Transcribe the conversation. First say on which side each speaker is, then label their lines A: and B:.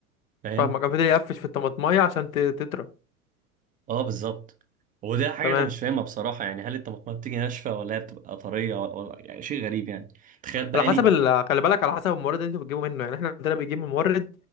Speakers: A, on the right (about 20°); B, on the left (about 65°).
A: فاهم
B: فاهمك أنا فضل يقفش في الطماطمايه عشان ت- تطرى
A: اه بالظبط وده حاجة
B: تمام
A: أنا مش فاهمها بصراحة يعني هل الطماطم بتيجي ناشفة ولا هي بتبقى طرية ولا ولا- يعني شيء غريب يعني تخيل بقى
B: على حسب
A: لي
B: ال... خلي بالك على حسب المورد اللي انتوا بتجيبوا منه يعني احنا عندنا بنجيب من مورد